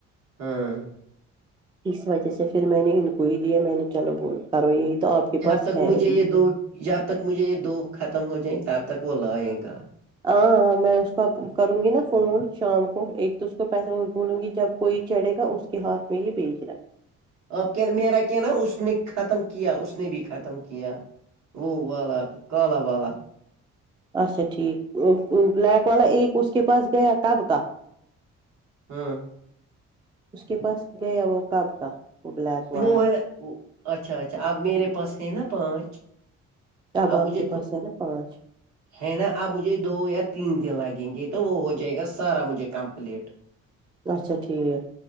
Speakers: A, on the right; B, on the right.
A: ہاں
B: اس وجہ سے پھر میں نے انکو ہی دیا ہے میں نے چلو کرو یہی تو آپ کے
A: جب
B: پاس
A: تک
B: ہے
A: مجھے
B: ابھی،
A: یہ دو جب تک مجھے یہ دو ختم ہو جائیں گے تب تک وہ لائے گا
B: ہاں ہاں میں اس کو کروں گی نا فون شام کو ایک تو اس کو پیسہ بھولوں گی جب کوئی چڑھے گا اس کے ہاتھ میں یہ بیچ رہا
A: اب کہ میرا کہنا اس نے ختم کیا اس نے بھی ختم کیا وہ والہ کالہ والا
B: اچھا ٹھیک بلیک والا ایک اس کے پاس گیا کب کا
A: ہاں
B: اس کے پاس گیا وہ کاب کا وہ بلیک والا
A: وہ ہے اچھا اچھا اب میرے پاس ہے نا پانچ
B: اب آپ
A: مجھے
B: کے
A: تھو-
B: پاس ہے نا پانچ
A: ہے نا اب مجھے دو یا تین دن لگیں گے تو وہ ہو جائے گا سارا مجھے کمپلیٹ
B: اچھا ٹھیک ہے